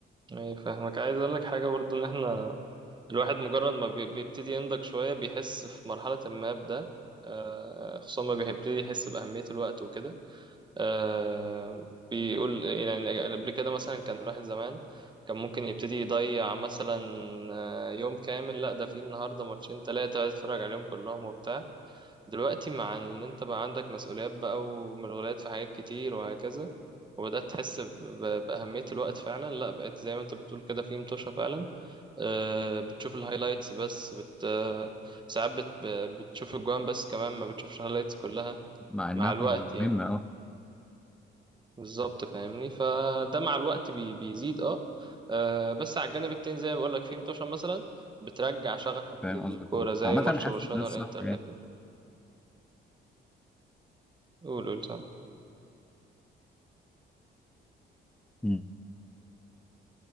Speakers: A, on the right; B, in the centre.
A: ايه فاهمك عايز اقول لك حاجة برضو ان احنا الواحد مجرد ما بي- بيبتدي ينضج شوية بيحس في مرحلة ما بده آه، خصوصا ما بيبتدي يحس بأهمية الوقت وكده آه، بيقول يعني قبل كده مثلا كان الواحد زمان كان ممكن يبتدي يضيع مثلا آه، يوم كامل لا ده في النهاردة ماتشين تلاتة عايز اتفرج عليهم كلهم وبتاع دلوقتي مع ان انت بقى عندك مسؤوليات بقى ومشغولات في حاجات كتير وهكذا وبدأت تحس ب- بأهمية الوقت فعلا لا بقيت زي ما انت بتقول كده في متوشة فعلا آه، بتشوف الهايلايتس بس بت آه، ساعات بت ب- بتشوف الجوان بس كمان ما بتشوفش الهايلايتس كلها
B: مع انها
A: مع الوقت يعني
B: مهمه اه
A: بالظبط فاهمني فده مع الوقت بي بيزيد اه آه، بس على الجانب التاني زي ما بقول لك في متوشة مثلا بترجع شغفك
B: فاهم
A: للكورة
B: قصدك اه
A: زي
B: عامه
A: ماتش
B: حاسس
A: برشلونة
B: ان ده الصح
A: والانتر
B: يعني
A: ده كده قول قول سام
B: مم.